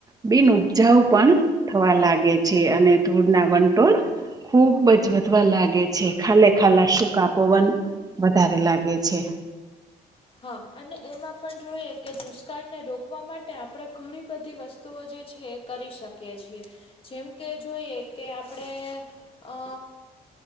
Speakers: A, on the right (about 25°); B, on the left (about 35°).
A: બિન ઉપજાઉ પણ થવા લાગે છે અને ધૂળ ના વંટોળ ખુબ જ વધવા લાગે છે, ખાલે ખાલા સૂ કાપવન વધારે લાગે છે.
B: હા અને એમાં પણ જોઈએ કે દુષ્કાળને રોકવા માટે આપણે ઘણી બધી વસ્તુ વતુ જે છે કરી શકીએ છીએ. જેમ કે જોઈએ કે આપણે અ